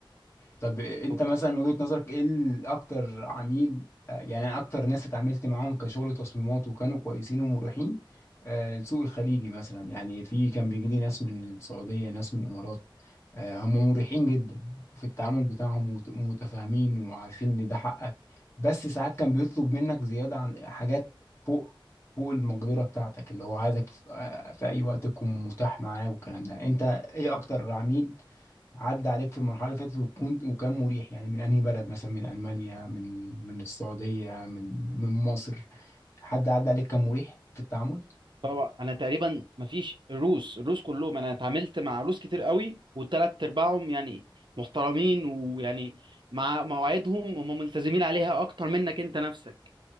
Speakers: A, on the left; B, on the right.
A: طب انت
B: هما
A: مثلا من وجهة نظرك ايه ال- اكتر عميل آه، يعني أنا اكتر ناس اتعاملت معاهم كشغل تصميمات وكانوا كويسين ومريحين آه، السوق الخليجي مثلا يعني في كان بيجي لي ناس من السعودية ناس من الامارات آه، هم مريحين جدا في التعامل بتاعهم ومت- ومتفاهمين وعارفين ان ده حقك بس ساعات كان بيطلب منك زيادة عن حاجات فوق فوق المقدرة بتاعتك اللي هو عايزك في آه، في اي وقت تكون متاح معاه والكلام ده انت ايه اكتر عميل عدى عليك في المرحلة اللي فاتت وكنت وكان مريح يعني من أنهي بلد مثلا من ألمانيا من من السعودية من من مصر حد عدى عليك كان مريح في التعامل
B: طبعا انا تقريبا ما فيش الروس الروس كلهم انا اتعاملت مع روس كتير قوي والتلات ارباعهم يعني محترمين ويعني مع مواعيدهم هم ملتزمين عليها اكتر منك انت نفسك